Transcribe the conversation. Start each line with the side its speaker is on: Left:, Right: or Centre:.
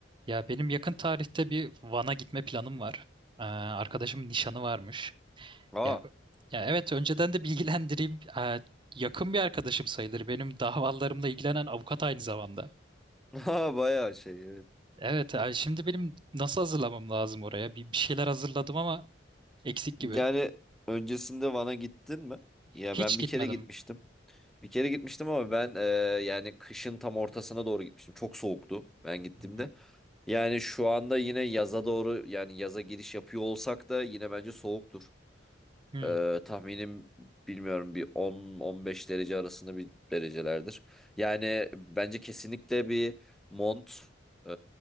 Right: Ya benim yakın tarihte bir Van'a gitme planım var. Ee, arkadaşımın nişanı varmış.
Centre: Aa,
Right: Ya, ya evet önceden de bilgilendireyim. Ee, yakın bir arkadaşım sayılır. Benim davalarımla ilgilenen avukat aynı zamanda.
Centre: <laughs> ha, bayağı şey evet.
Right: Evet yani şimdi benim nasıl hazırlamam lazım oraya? Bir, bir şeyler hazırladım ama eksik
Centre: Yani
Right: gibi.
Centre: öncesinde Van'a gittin mi? Ya
Right: Hiç
Centre: ben bir
Right: gitmedim.
Centre: kere gitmiştim. Bir kere gitmiştim ama ben e, yani kışın tam ortasına doğru gitmiştim. Çok soğuktu ben gittiğimde.
Right: Hı hı.
Centre: Yani şu anda yine yaza doğru yani yaza giriş yapıyor olsak da yine bence soğuktur.
Right: Hmm.
Centre: E, tahminim bilmiyorum bir 10-15 derece arasında bir derecelerdir. Yani bence kesinlikle bir mont e,